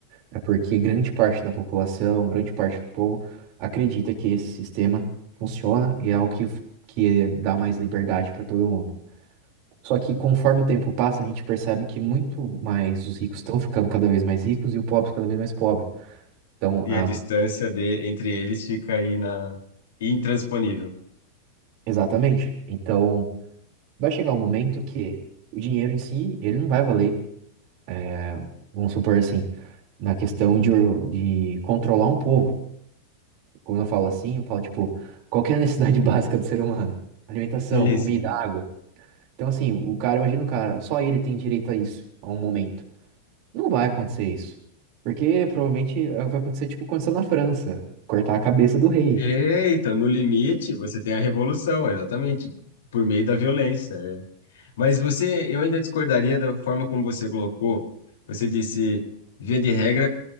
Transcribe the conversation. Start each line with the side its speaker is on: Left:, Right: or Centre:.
Right: é porque grande parte da população, grande parte do povo, acredita que esse sistema funciona e é o que, que dá mais liberdade para todo mundo. Só que conforme o tempo passa, a gente percebe que muito mais os ricos estão ficando cada vez mais ricos e o pobre cada vez mais pobre. Então,
Left: e
Right: a,
Left: a distância de, entre eles fica aí na, intransponível.
Right: exatamente. Então, vai chegar um momento que o dinheiro em si, ele não vai valer, é, vamos supor assim, na questão de, de controlar um povo. Quando eu falo assim, eu falo, tipo, qual que é a necessidade <laughs> básica do ser humano? Alimentação,
Left: Sim,
Right: comida,
Left: sim.
Right: água. Então, assim, o cara, imagina o cara, só ele tem direito a isso, a um momento. Não vai acontecer isso. Porque provavelmente é, vai acontecer, tipo, aconteceu na França, cortar a cabeça do rei.
Left: Eita, no limite você tem a revolução, exatamente, por meio da violência. é. Mas você, eu ainda discordaria da forma como você colocou. Você disse, via de regra,